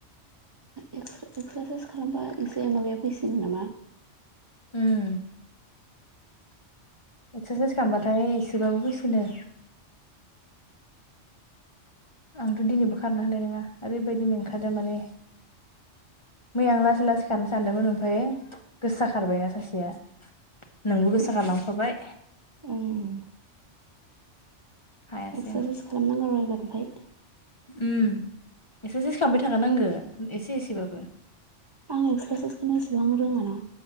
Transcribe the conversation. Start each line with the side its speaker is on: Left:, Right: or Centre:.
Right: एक्सारसाइस खालामबा एसे माबाया फैसिन नामा।
Left: उम। एक्सारसाइस खालामबाथाय एसेबाबो फैसिनो। आंथ' दिनैबो खारनो हानाय नङा ओरैबायदि मेंखादो माने मैया आं लासै लासै खारनो सानदोंमोन ओमफाय गोसा खारबायना सासेया नोंबो गोसा
Right: गोसोआ
Left: गालांफाबाय
Right: ओम
Left: हायासै
Right: एक्सारसाइस
Left: आं
Right: खालामनांगौ र एबार ओमफ्राय
Left: उम एक्सारसाइस खालामबाय थाखानांगो एसे एसेबाबो
Right: आं एक्सारसाइसखौनो एसेबां रोङाना